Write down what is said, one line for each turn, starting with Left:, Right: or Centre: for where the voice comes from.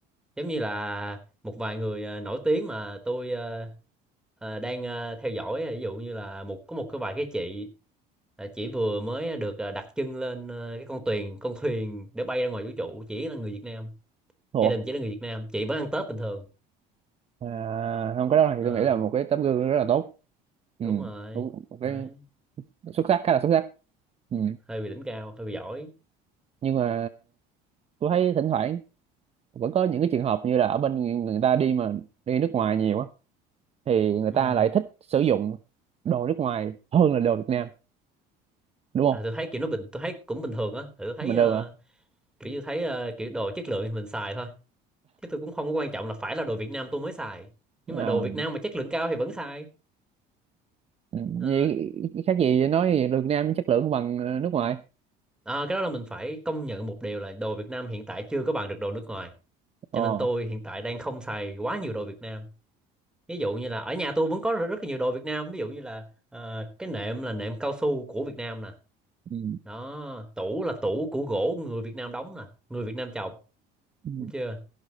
Centre: giống như là một vài người ờ, nổi tiếng mà tôi ờ, ờ, đang ờ, theo dõi ví dụ như là một có một cái vài cái chị ờ, chỉ vừa mới được ờ, đặt chân lên ờ, cái con thuyền con thuyền để bay ra ngoài vũ trụ chỉ là người Việt Nam
Right: Ủa,
Centre: gia đình chỉ là người Việt Nam chị vẫn ăn Tết bình thường
Right: à, không cái đó thì
Centre: Ờ,
Right: tôi nghĩ là một cái tấm gương rất là tốt ừ
Centre: đúng rồi
Right: một một
Centre: Đấy.
Right: cái xuất sắc khá là xuất sắc ừ.
Centre: hơi bị đỉnh cao hơi bị giỏi
Right: nhưng mà tôi thấy thỉnh thoảng vẫn có những cái trường hợp như là ở bên người ta đi mà đi nước ngoài nhiều á thì người
Centre: ừ.
Right: ta lại thích sử dụng đồ nước ngoài hơn là đồ Việt Nam đúng không
Centre: à, tôi thấy kiểu nó bình tôi thấy cũng bình thường á tôi thấy
Right: mình
Centre: ờ,
Right: được hả
Centre: kiểu như thấy ờ, kiểu đồ chất lượng thì mình xài thôi Thế tôi cũng không có quan trọng là phải là đồ Việt Nam tôi mới xài. Nhưng
Right: À.
Centre: mà đồ Việt Nam mà chất lượng cao thì vẫn xài.
Right: Ừ,
Centre: Ờ,
Right: vậy khác gì nói vậy, Việt Nam chất lượng bằng ờ, nước ngoài
Centre: à, cái đó là mình phải công nhận một điều là đồ Việt Nam hiện tại chưa có bằng được đồ nước ngoài.
Right: ờ
Centre: Cho nên tôi hiện tại đang không xài quá nhiều đồ Việt Nam. Ví dụ như là ở nhà tôi vẫn có rất là nhiều đồ Việt Nam. Ví dụ như là ờ, cái nệm là nệm cao su của Việt Nam nè.
Right: ừ.
Centre: Đó, tủ là tủ của gỗ người Việt Nam đóng nè, người Việt Nam trồng,
Right: Ừ.
Centre: đúng chưa?